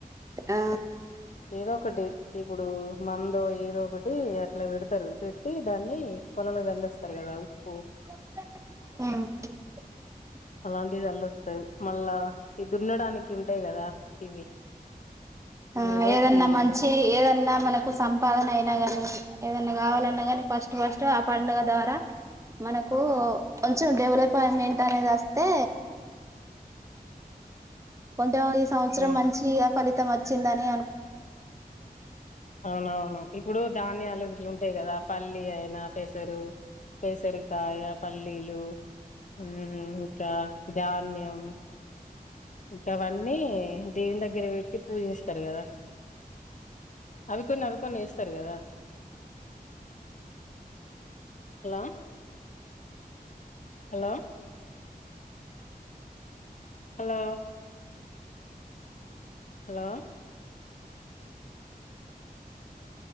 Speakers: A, on the right (about 20°); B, on the left (about 55°).
A: ఆ
B: ఏదో ఒకటి ఇప్పుడు మంద ఏదో ఒకటి అట్ల పెడతారు పెట్టి దాన్ని కొలాల గల్సె స్తారు కదా ఉప్పు
A: మ్
B: పలాల్ ఇది అల్లోస్తది మళ్ళా ఇ దున్నడానికి ఉంటాయి కదా ఇవి
A: అ
B: అవే
A: ఏదన్నా
B: ఈ
A: మంచి ఏదన్న మనకు సం పాలన అయినా గానీ ఏదన్న గావాలన్నా కానీ ఫస్ట్ ఫస్ట్ ఆ పడుగ ద్వారా మనకూ కొంచెం డె వాలపైమెంట్ అనేది వస్తే కొంత సంవత్సరం
B: ఆ
A: మంచిగా ఇగ ఫలిత తం వచ్చిందని అను
B: అవునవును ఇప్పుడు ధాన్యాలు ఇవి ఉంటయి కదా పల్లి అయిన పెసరు పెసరికాయ పల్లీలు మ్ ఇంక ధాన్యం ఇంకవన్నీ దేవుని దగ్గర పెట్టి పూజ చేస్తారు కదా అవి కొన్ని అవి కొన్ని వేస్తారు కదా హలో హలొ హలో హలో